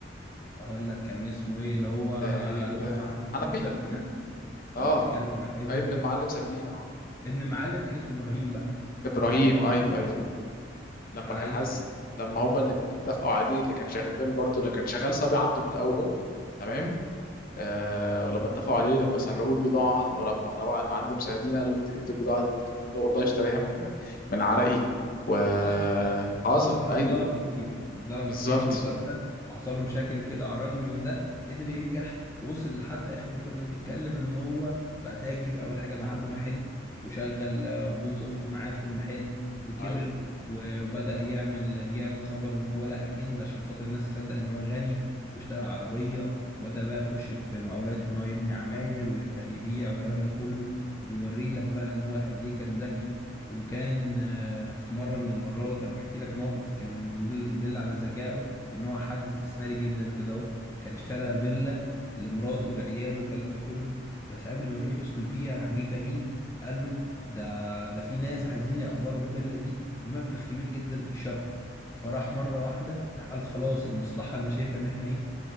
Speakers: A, on the left; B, on the left.
A: اقول لك كان اسمه ايه اللي هو
B: تقريبا
A: مح- محمود
B: حنفي
A: سردينه
B: اه
A: ولا بتتكلم على ابنه
B: ابن المعلم سردينة اه
A: ابن معلم كان اسمه ابراهيم بقى
B: ابراهيم
A: كان اسمه
B: ايوه ايوه لما
A: ايوه
B: كان حاسس لما هما الاثنين اتفقوا عليه اللي كان شغال برضه اللي كان شغال صبي عنده في الاول تمام آه ولما اتفقوا عليه لما سرقوا البضاعه ولما طبعا المعلم سعدين قال له انت جبت البضاعه دي منين قال له والله اشتريها من من عرقي وحصل
A: حصل حصل قصدك انه
B: ايوه
A: اتظلم كتير اتظلم
B: بالظبط
A: كتير في المسلسل حصل له مشاكل وكده على الرغم من ده قدر ينجح وصل لحد اخر ما كنا بنتكلم ان هو بقى تاجر اول حاجه بقى عنده محل وشغل آه، جوز اخته معاه في المحل وكبر
B: ايوه
A: وبدأ يعمل يعلن خبر ان هو لقى كنز عشان خاطر الناس تصدق ان هو غني واشترى عربيه وبدأ بقى يخش في مقاولات ان هو يبني عماير ويبدأ يبيع والكلام ده كله وبيوري لك بقى ان هو قد ايه كان ذكي وكان آه، في مرة من المرات هحكي لك موقف كان يدل, يدل على ذكائه وان هو حد استثماري جدا وكده اهو كان اشترى فيلا لمراته ولعياله والكلام ده كله بس قبل ما يروح يسكن فيها راح جه فهيم قال له ده ده في ناس عايزين يأجروا الفيلا دي بمبلغ كبير جدا في الشهر فراح مرة واحدة راح قال خلاص المصلحة انا شايفة ان احنا ايه